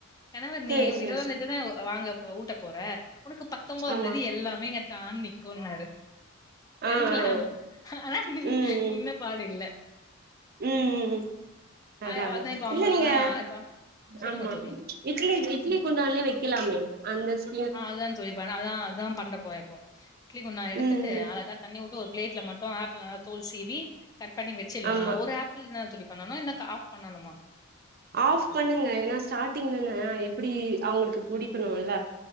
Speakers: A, on the left; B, on the right.
A: கணவர்
B: சரி
A: நீ
B: சரி
A: இருவதாந்தேதிதா
B: சரி
A: வாங்க ஊட்ட போற உனக்கு பத்தொன்பதாம்ந்தேதி
B: ஆமா
A: எல்லாமே டானிக்கோன்னாரு செரி
B: ஆ
A: வா
B: ஆ
A: ஆப்டினு
B: ம் ம்
A: நீ என்னப் பாடுல்ல
B: ம் ம் ம் அதா
A: அவள்தா
B: அதா
A: இப்ப
B: இல்லேங்க
A: அம்மா இப்ப சொல்லுங்க
B: ஆமா
A: தோழி
B: இட்லி இட்லி குண்டான்லே வைக்கலாமே அந்த சொ
A: ஆ அதா தோழிப்ப அதா அததுதா பண்ணபோரே இப்போ இட்லி குண்டா எடுத்துட்டு
B: ம் ம்
A: அழகா தண்ணி ஒரு பிளேட்ல மட்டு ஆப்பில தோல் சீவி கட் பண்ணி வச்சிடலா
B: ஆமா
A: ஒரு ஆப் ஃபுல்னா தோழி பண்ணணும் இல்ல ஆஃப் பண்ணணுமா
B: ஆஃப் பண்ணுங்க ஏன்னா ஸ்டார்டிங்தான எப்டி அவங்களுக்கு புடிக்கணும்ல